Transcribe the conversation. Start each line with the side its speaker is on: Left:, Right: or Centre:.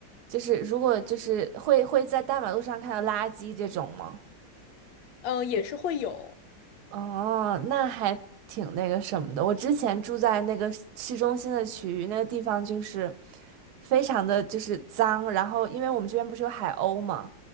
Right: 就是如果就是会会在大马路上看到垃圾这种吗？
Left: 嗯，也是会有，
Right: 哦，那还挺那个什么的。我之前住在那个市市中心的区域，那个地方就是非常的就是脏，然后因为我们这边不是有海鸥嘛，